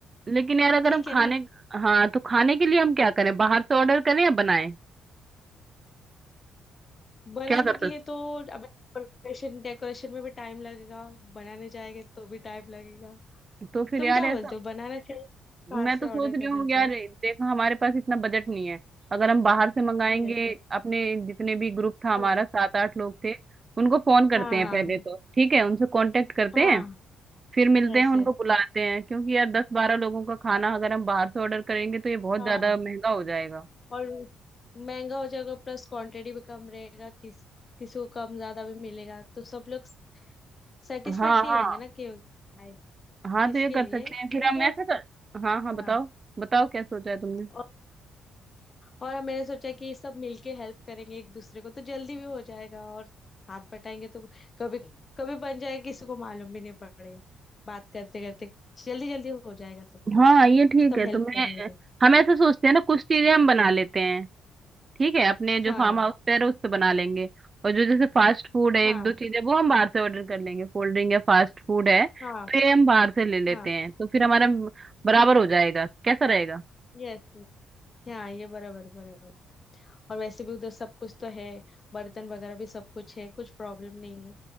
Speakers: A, on the right; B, on the left.
A: लेकिन यार अगर
B: ठीक
A: हम खाने
B: है ना
A: हाँ तो खाने के लिए हम क्या करें बाहर से ऑर्डर करें या बनाएं
B: बनाने
A: क्या कर
B: के
A: सकते
B: लिए तो अब डेकोरेशन डेकोरेशन में भी टाइम लगेगा बनाने जाएंगे तो भी टाइम लगेगा
A: तो फिर
B: तुम
A: यार
B: क्या
A: ऐसा
B: बोलते हो बनाना चाहिए बाहर
A: मैं
B: से
A: तो
B: ऑर्डर
A: सोच रही
B: करना
A: हूँ
B: चाहिए
A: यार देखो हमारे पास इतना बजट नहीं है अगर हम बाहर से मंगाएंगे
B: यस
A: अपने जितने भी ग्रुप था हमारा
B: यस
A: सात आठ लोग थे उनको फोन करते
B: हाँ
A: हैं
B: हाँ
A: पहले तो ठीक है उनसे कांटेक्ट करते
B: हाँ
A: हैं फिर मिलते
B: Yes
A: हैं उनको
B: yes
A: बुलाते हैं क्योंकि यार दस बारह लोगों का खाना अगर हम बाहर से ऑर्डर करेंगे तो ये बहुत
B: हाँ
A: ज्यादा
B: yes,
A: महंगा
B: yes, हाँ।
A: हो जाएगा
B: और महंगा हो जाएगा प्लस क्वांटिटी भी कम रहेगा किस किसी को कम ज्यादा भी मिलेगा तो सब लोग सेटिस्फाइड
A: हाँ
B: नहीं
A: हाँ
B: होंगे ना कि आए।
A: हाँ
B: इसके
A: तो ये कर
B: लिए
A: सकते हैं
B: मेरे
A: फिर हम
B: को
A: ऐसे कर हाँ हाँ
B: हाँ
A: बताओ बताओ क्या सोचा है तुमने
B: और, और मैंने सोचा कि सब मिलके हेल्प करेंगे एक दूसरे को तो जल्दी भी हो जाएगा और हाथ बटाएंगे तो कभी कभी बन जाएगा किसी को मालूम भी नहीं पड़ेगा बात करते करते जल्दी जल्दी हो जाएगा सब कुछ
A: हाँ ये ठीक
B: सब
A: है
B: हेल्प
A: तो मैं
B: करेंगे
A: हम ऐसे सोचते हैं ना कुछ चीजें हम बना लेते हैं ठीक है अपने जो
B: हाँ
A: फार्म हाउस पे है उस पे बना लेंगे और जो जैसे फास्ट फूड है
B: हाँ
A: एक दो चीजें वो हम बाहर से ऑर्डर कर लेंगे कोल्ड ड्रिंक या फास्ट फूड है तो
B: हाँ
A: ये हम बाहर से ले लेते
B: हाँ
A: हैं तो फिर हमारा बराबर हो जाएगा कैसा रहेगा
B: यस हाँ ये बराबर बराबर और वैसे भी उधर सब कुछ तो है बर्तन वगैरह भी सब कुछ है कुछ प्रॉब्लम नहीं है